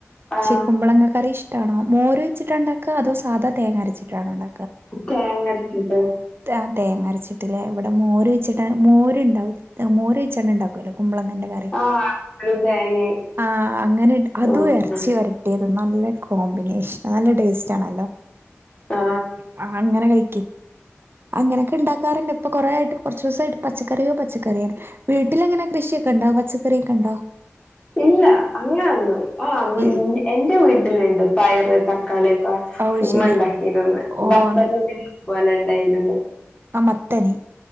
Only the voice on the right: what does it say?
ശരി കുമ്പളങ്ക കറി ഇഷ് ട്ടാണോര് വെച്ചിട്ടുണ്ടാ ക്ക അതോ സാധാ തേങ്ങ അരച്ചിട്ടാണ ഉണ്ട
ആഹ് തേങ്ങ അരച്ചിട്ടിൽ ഇവിടെ മോര് വെച്ചിട്ട മോരുണ്ടാവും മോര് ഓയിച്ച ഉണ്ടാക്കുല്ലോ കുമ്പളങ്ങന്റെ കറി
ആ അങ്ങനെ അതും
ഇറച്ചി വരട്ടിയതു നല്ല കോമ്പിനേഷൻ നല്ല ടേസ്റ്റ് റ്റാണല്ലോ
ആ അങ്ങനെ കൈ അങ്ങനെയൊക്കെ ഉണ്ടാക്കാറുണ്ട് ഇപ്പൊ കൊറേ ആയിട്ട് കുറച്ച ദിവസമായിട്ട് പച്ചക്കറിയോ പച്ചക്കറിയാ വീട്ടില എങ്ങനെ കൃഷിയൊക്കെ ഉണ്ടോ പച്ചക്കറിയൊക്കെ ഉണ്ടോ
ഇൽ
ഓഹ്
ശരി
ഓഹ്
ആ മത്തൻ